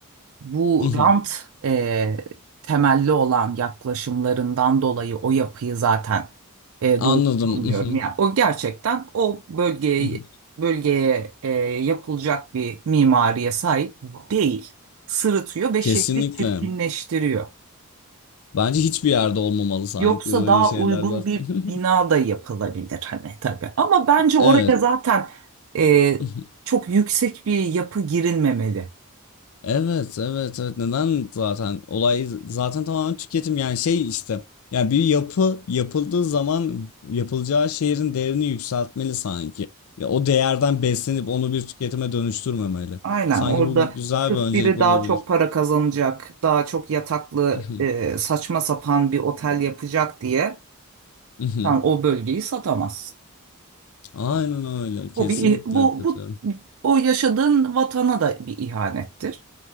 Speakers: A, on the right; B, on the left.
A: bu
B: Hı hı.
A: rant e, temelli olan yaklaşımlarından dolayı o yapıyı zaten e,
B: Anladım.
A: doğru bulmuyorum.
B: Hı hı.
A: Yani o gerçekten o bölgeye
B: Hı hı.
A: bölgeye e, yapılacak bir mimariye sahip değil. Sırıtıyor ve
B: Kesinlikle.
A: şehri çirkinleştiriyor.
B: Bence hiçbir yerde olmamalı sanki
A: Yoksa
B: böyle
A: daha
B: şeyler
A: uygun
B: var.
A: bir
B: <laughs>
A: bina da yapılabilir hani tabii. Ama bence oraya
B: Evet.
A: zaten e,
B: <laughs>
A: çok yüksek bir yapı girilmemeli.
B: Evet, evet, evet. Neden zaten olay zaten tamamen tüketim yani şey işte. Yani bir yapı yapıldığı zaman yapılacağı şehrin değerini yükseltmeli sanki. Ya o değerden beslenip onu bir tüketime dönüştürmemeli.
A: Aynen
B: Sanki
A: orada
B: bu güzel
A: sırf
B: bir öncelik
A: biri
B: olabilir.
A: daha çok para kazanacak, daha çok yataklı
B: <laughs> Mhm,
A: e, saçma sapan bir otel yapacak diye
B: mhm.
A: sen o bölgeyi satamazsın.
B: Aynen öyle. Kesinlikle
A: Bu bir ih- bu
B: katılıyorum.
A: bu o yaşadığın vatana da bir ihanettir.